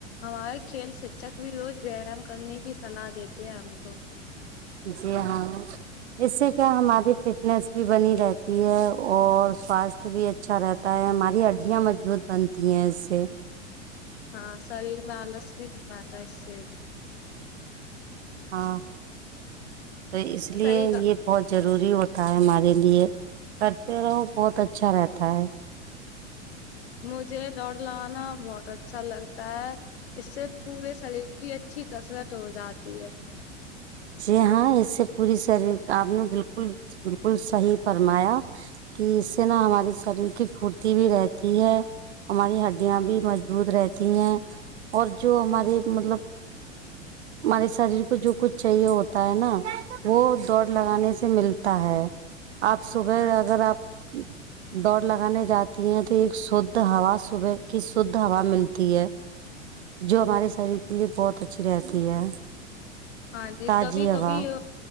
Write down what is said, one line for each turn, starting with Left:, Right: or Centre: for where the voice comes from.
Left: ہمارے کھیل شھک بھی روز ویایام کرنے کی سلاح دیتے ہیں ہم کو
Right: جی ہاں اس سے کیا ہماری فٹنس بھی بنی رہتی ہے اور سواستھ بھی اچ اچھا رہتا ہے ہماری ہڈیاں مضبوط بنتی ہیں اس سے
Left: ہاں شریر میں آلس بھی نہیں آتا اس سے
Right: ہاں تو اس لیے
Left: صحیح کا
Right: یہ بہت ضروری ہوتا ہے ہمارے لیے کرتے رہو بہت اچھا رہتا ہے
Left: مجھے دوڑ لگانا بہت اچھا لگتا ہے اس سے پورے شریر کی اچھی کثرت ہو جاتی ہے
Right: جی ہاں اس سے پوری شریر آپ نے بالکل بالکل صحیح فرمایا کہ اس سے نا ہماری شریر کی پورتی بھی رہتی ہے ہماری ہڈیاں بھی مضبوط رہتی ہیں اور جو ہمارے
Left: ہوں
Right: مطلب ہمارے شریر کو جو کچھ چاہیے ہوتا ہے نا وہ دوڑ لگانے
Left: ہوں
Right: سے ملتا ہے آپ صبح
Left: ہاں
Right: اگر
Left: جی
Right: آپ دوڑ لگانے جاتی ہیں تو ایک شدھ ہوا صبح کی شدھ ہوا ملتی ہے جو
Left: ہوں
Right: ہمارے
Left: ہوں
Right: شریر کے لیے بہت اچھی رہتی ہے
Left: ہاں جی
Right: تازی
Left: کبھی
Right: ہوا
Left: کبھی